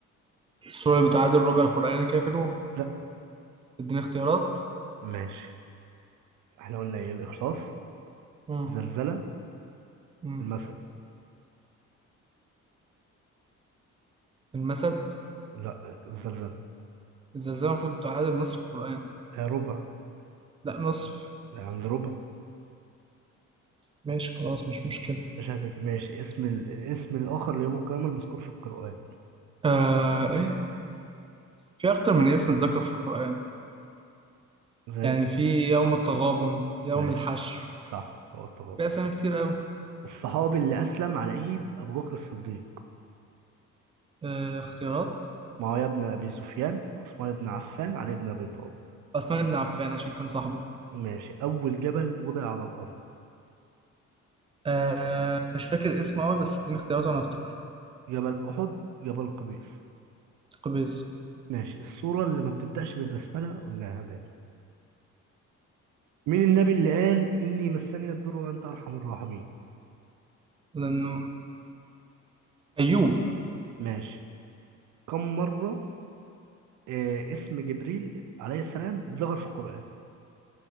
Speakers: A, on the right (about 20°); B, on the right (about 75°).
A: السورة اللي بتعادل ربع القرآن الكافرون
B: لا
A: اديني اختيارات
B: ماشي احنا قلنا ايه الإخلاص
A: امم
B: زلزلة
A: امم
B: المثل
A: المسد
B: لا الزلزلة
A: الزلزال المفروض تعادل نصف القرآن
B: آه ربع
A: لا نصف
B: عند ربع
A: ماشي خلاص مش مشكلة
B: مش هتفرق ماشي اسم ال... الاسم الآخر ليوم القيامة المذكور في القرآن
A: آه ايه في اكتر من اسم اتذكر في القرآن
B: زي
A: يعني في يوم التغابن يوم
B: ماشي
A: الحشر
B: صح هو التغابن
A: في اسامي كتير قوي
B: الصحابي اللي أسلم على إيد أبو بكر الصديق
A: آه اختيارات
B: معاوية بن أبي سفيان عثمان بن عفان علي بن أبي طالب
A: عثمان بن عفان عشان كان صاحبه
B: ماشي أول جبل وضع على الأرض
A: آه مش فاكر اسمه قوي بس اديني اختيارات وانا افتكره
B: جبل أحد جبل قبيس
A: قبيس
B: ماشي السورة اللي ما بتبدأش بالبسملة قلناها ماشي مين النبي اللي قال إني مسني الضر وأنت أرحم الراحمين
A: لانه ايوب
B: ماشي كم مرة آه اسم جبريل عليه السلام اتذكر في القرآن